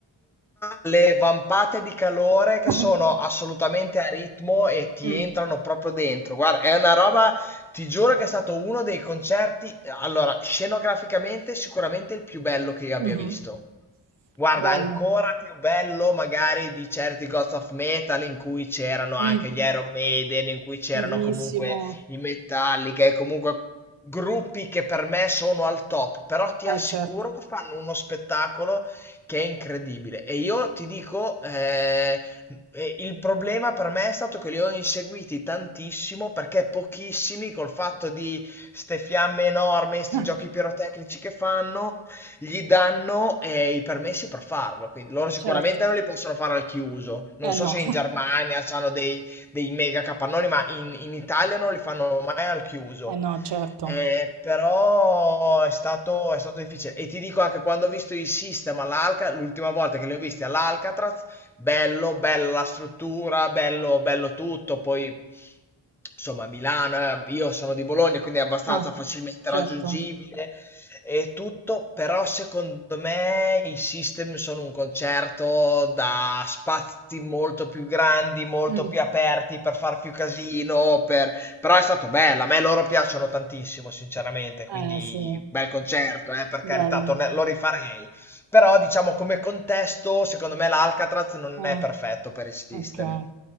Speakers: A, in the centre; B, on the right (about 65°).
A: le vampate di calore che
B: <laughs>
A: sono assolutamente a ritmo e ti
B: Mm,
A: entrano proprio dentro. Guarda, è una roba ti giuro che è stato uno dei concerti, allora, scenograficamente sicuramente il più bello che io abbia
B: mhm.
A: visto. Guarda,
B: Bello.
A: ancora più bello magari di certi Gods of Metal in cui c'erano anche
B: Mm.
A: gli Iron Maiden, in cui c'erano
B: Fighissimo.
A: comunque i Metallica e comunque gruppi che per me sono al top, però ti
B: Eh,
A: assicuro
B: certo.
A: che fanno uno spettacolo che è incredibile. E io ti dico, eh, eh, il problema per me è stato che li ho inseguiti tantissimo perché pochissimi col fatto di ste fiamme enormi, sti
B: Ah,
A: giochi pirotecnici che fanno gli danno eh, i permessi per farlo, quindi loro sicuramente
B: certo.
A: non li possono fare al chiuso. Non
B: Eh
A: so
B: no,
A: se in Germania hanno dei, dei mega capannoni, ma in, in Italia non li fanno mai al chiuso.
B: eh no, certo.
A: Eh, però è stato, è stato difficile. E ti dico anche quando ho visto i System all'Alca, l'ultima volta che li ho visti all'Alcatraz, bello, bella la struttura, bello, bello tutto. Poi insomma, Milano, eh, io sono di Bologna, quindi è abbastanza
B: Ah,
A: facilmente
B: certo.
A: raggiungibile e tutto, però secondo me i System sono un concerto da spazi molto più grandi, molto
B: Mm.
A: più aperti per far più casino, per- però è stato bello, a me loro piacciono tantissimo, sinceramente, quindi
B: Eh sì,
A: bel concerto, eh, per carità,
B: belli.
A: torne- lo rifarei, però diciamo come contesto, secondo me l'Alcatraz non
B: Mm,
A: è perfetto per i System.
B: ok.